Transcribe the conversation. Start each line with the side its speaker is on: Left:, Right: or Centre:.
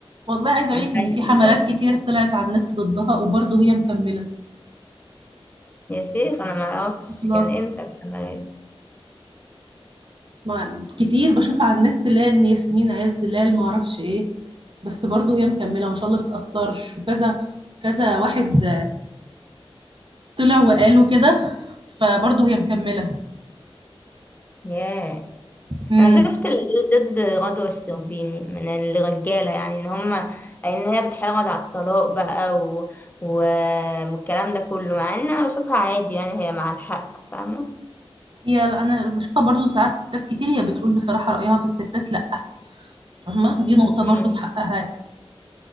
Right: والله عايز اقول
Left: من
Right: لك ان
Left: حياتنا
Right: في حملات
Left: خالص
Right: كتير طلعت على النت ضدها وبرضه هي مكمله
Left: يا شيخ انا ما اعرفش
Right: الله
Left: كان امتى الحملة دي
Right: ما كتير بشوفها على النت لا ياسمين عز لا ما اعرفش ايه بس برضه هي مكمله ما شاء الله بتأثرش وكذا كذا واحد طلع وقال وكده فبرضه هي مكملة
Left: ياه
Right: امم
Left: انا شفت اللي ضد غدوة الشربيني من الرجالة يعني ان هما ان هي بتحرض على الطلاق بقى و... و... والكلام ده كله مع ان انا بشوفها عادي يعني هي مع الحق فاهمة
Right: هي انا بشوفها برضه ساعات ستات كتير هي بتقول بصراحة رأيها في الستات لا فاهمة دي نقطة
Left: مم.
Right: برضه
Left: يعني
Right: في حقها يعني.